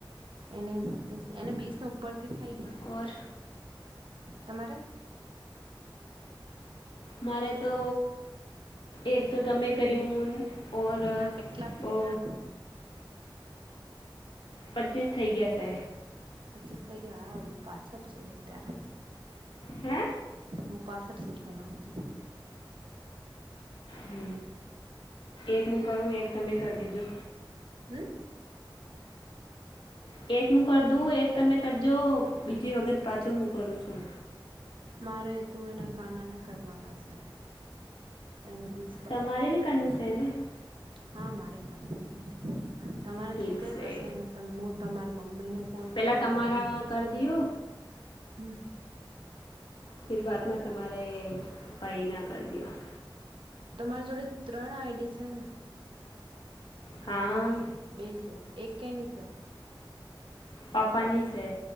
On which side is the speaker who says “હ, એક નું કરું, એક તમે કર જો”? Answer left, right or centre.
Left